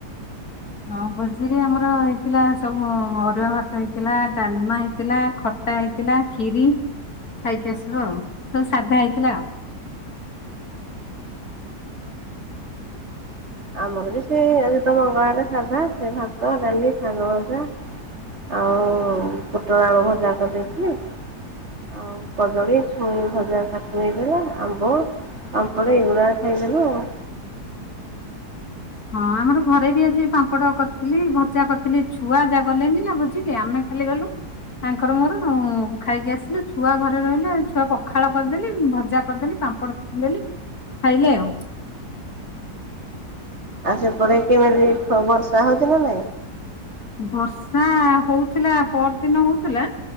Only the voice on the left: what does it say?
ହଁ ଭୋଜିରେ ଆମର ହେଇଥିଲା ସବୁ ଅରୁଆ ଭାତ ହେଇଥିଲା, ଡାଲମା ହେଇଥିଲା ଖ ଖଟା ହେଇଥିଲା, ଖିରି ଖାଇକି ଆସିଲୁ ଆଉ ସବୁ ସାଧା ହେଇଥିଲା ଆଉ।
ହଁ ଆମର ଘରେ ବି ଆଜି ପାମ୍ପଡ କରିଥିଲି ଭଜା କରିଥିଲି, ଏ ଛୁଆ ଯା ଗଲେନି ନା ଭୋଜିକି ଆମେ ଖାଲି ଗଲୁ। ତାଙ୍କର ମୋର ଖାଇକି ଆସିଲୁ ଛୁଆ ଘରେ ରହିଲେ ଛୁଆ ପଖାଳ କରିଦେଲି ଭଜା କରିଦେଲି ପାମ୍ପଡ଼ <unintelligible> ଖାଇଲେ ଆଉ।
ବର୍ଷା ହଉଥିଲା, ପର ଦିନ ହଉଥିଲା